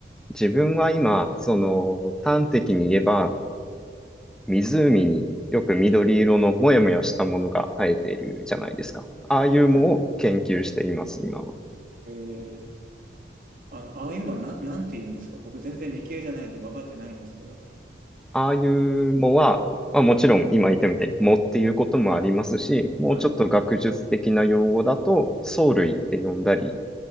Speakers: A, in the centre; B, on the right.
A: 自分は今、その、端的に言えば、湖によく緑色のもやもやしたものが生えているじゃないですか。ああいう藻を研究しています、
B: はいはい。
A: 今は。
B: えー、あの、ああいうのはな、なんて言うんですか僕全然理系じゃないんで分かってないんですけど。
A: ああいう藻は、まあ、もちろん今言ったみたいに藻っていうこともありますし、もうちょっと学術的な用語だと、
B: はい。
A: 藻類って呼んだり、